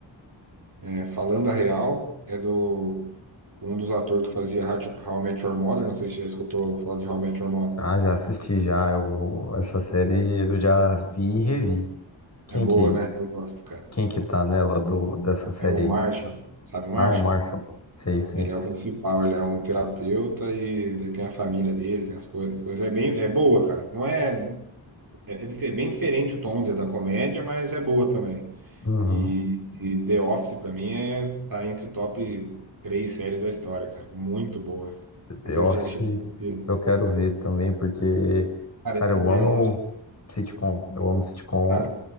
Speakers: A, on the right (about 45°); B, on the left (about 35°).
A: é, Falando a Real. É do com um dos atores que fazia How How I Met Your Mother. Não sei se já escutou falar de How I Met Your Mother.
B: Ah, já assisti já. Eu, essa série eu já vi e revi. Quem
A: É boa,
B: que,
A: né? Eu gosto, cara.
B: quem que tá nela do, dessa série
A: É o Marshall.
B: aí?
A: Sabe o
B: Ah,
A: Marshall?
B: o Marshall. Sei, sei.
A: Ele é o principal, ele é um terapeuta e daí tem a família dele, tem as coisas. as coisas. É bem, é boa, cara. Não é, é, é dife- bem diferente o tom de- da comédia, mas é boa também.
B: Uhum.
A: E, e The Office, pra mim, é, tá entre top três séries da história, cara. Muito boa.
B: The
A: Não sei
B: Office
A: se você já chegou a assistir.
B: eu quero ver também, porque,
A: Cara,
B: cara, eu
A: e The
B: amo
A: Office.
B: sitcom. Eu amo sitcom.
A: Ah,